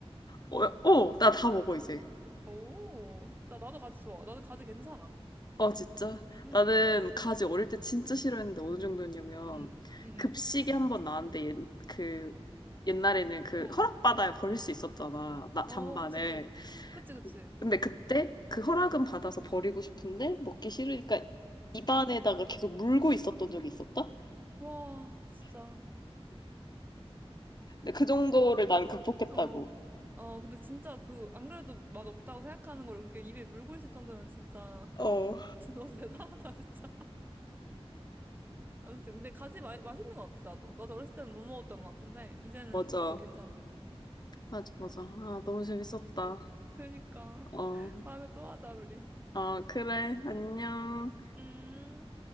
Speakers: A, on the left; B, on the right.
A: 어, 어, 나 다 먹어 이제
B: 오, 진짜. 나도 가지 좋아. 나는 가지 괜찮아.
A: 어, 진짜?
B: 음.
A: 나는 가지 어릴 때 진짜 싫어했는데 어느 정도였냐면
B: 응, 응,
A: 급식이 한 번 나왔는데 옛, 그 옛날에는 그
B: 응.
A: 허락받아야
B: 어,
A: 버릴 수 있었잖아. 나 잔반을.
B: 어, 어, 그치. 그치, 그치.
A: 근데 그때 그 허락은 받아서 버리고 싶은데 먹기 싫으니까 입안에다가
B: 음,
A: 계속 물고 있었던 적이 있었다?
B: 와, 진짜.
A: 근데 그 정도를 난 극복했다고.
B: 어, 어, 근데 진짜 그, 안 그래도 맛없다고 생각하는 걸 그렇게 입에 물고 있을 정도면 진짜,
A: 어,
B: <laughs> 너무 대단하다, 진짜. 아무튼, 근데 가지 마, 맛있는 것 같아, 나도. 나도 어렸을 때는 못 먹었던 것 같은데, 이제는
A: 맞아.
B: 나도 괜찮아. 음.
A: 맞아, 맞아. 아, 너무 재밌었다.
B: 그니까.
A: 어,
B: <laughs> 다음에 또 하자, 우리.
A: 아, 그래. 안녕.
B: 음.